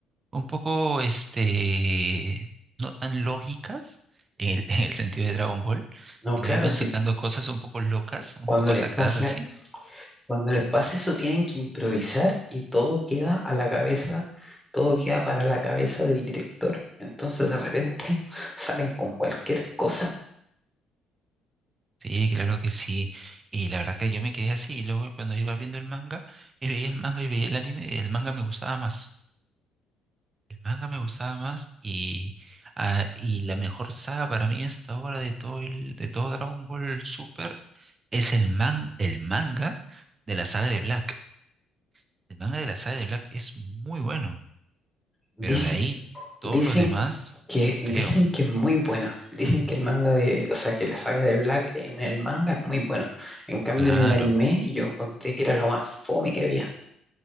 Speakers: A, on the right; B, in the centre.
A: un poco, este, no tan lógicas en el, <laughs> en el sentido de Dragon Ball,
B: No,
A: sino
B: claro,
A: iban
B: sí,
A: sacando cosas un poco locas, un
B: cuando
A: poco
B: les
A: sacadas
B: pasa
A: así.
B: Cuando les pasa eso, tienen que improvisar y todo queda a la cabeza, todo queda para la cabeza del director. Entonces, de repente, <laughs> salen con cualquier cosa.
A: Sí, claro que sí. Y la verdad que yo me quedé así. Y luego cuando iba viendo el manga, y veía el manga y veía el anime, el manga me gustaba más. El manga me gustaba más y, ah, y la mejor saga para mí hasta ahora de todo el, de todo Dragon Ball Super es el man, el manga de la saga de Black. El manga de la saga de Black es muy bueno,
B: Dice-
A: pero de ahí todos
B: dicen
A: los demás,
B: que, dicen
A: feo, feo.
B: que es muy buena. Dicen que el manga de, o sea, que la saga de Black en el manga es muy buena. En cambio,
A: Claro,
B: en el anime, yo encontré que era lo más fome que había.